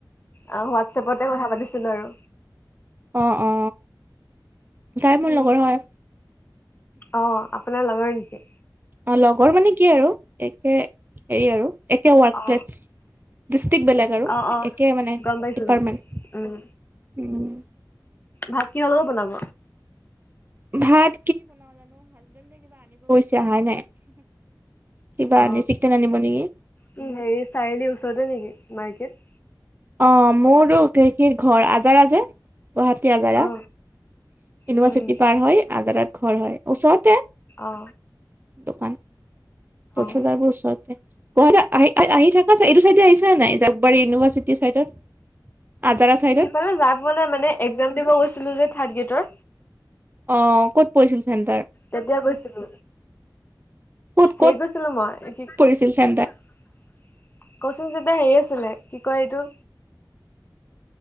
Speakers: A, on the left (about 25°); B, on the right (about 25°).
A: অ হোৱাটছএপ তে কথা পাতিছিলো আৰু
B: অ অ তাই মোৰ
A: উ
B: লগৰ হয়
A: অ আপোনাৰ লগৰ নেকি?
B: অ লগৰ মানে কি আৰু একে হেৰি আৰু একে ৱৰ্ক
A: অ
B: প্লেছ ডিষ্ট্ৰিকট বেলেগ আৰু
A: অ অ
B: একে মানে
A: গম পাইছো
B: ডিপাৰ্টমেণ্ট
A: গম উম
B: উম
A: ভাত কিহ লগত বনাব?
B: ভাত চাহাই নাই কিবা
A: অ
B: চিকেন আনিব নেকি
A: কি হেৰি চাৰিআলিৰ ওচৰতে নেকি মাৰ্কেট
B: অ মোৰো কেখীৰ ঘৰ আজাৰাজে গুৱাহাটী আজাৰত
A: অ
B: ইউনিভাৰ্চিটি
A: উম
B: পাৰ হয় আজাৰত ঘৰ হয় ওচৰতে
A: অ
B: দোকান পচ হাজাৰ
A: অ
B: বোৰ ওচৰতে গুৱাহাটী আহি আহ আহি থাকা এইটো চাইডে আহিছা নাই জালুকবাৰী ইউনিভাৰ্চিটিৰ চাইডত আজাৰা চাইডত?
A: সিফালে যাবলে মানে একজাম দিব গৈছিলো যে থাৰ্ড গ্ৰেডৰ
B: অ ক'ত পৰিছিল? চেণ্টাৰ
A: তেতিয়া গৈছিলো।
B: ক'ত
A: হেৰিত
B: ক'ত
A: গৈছিলো মই এই কি কচিং
B: পৰিছিল চেণ্টাৰ
A: যেতিয়া হেৰি আছিলে কি কয় এইটো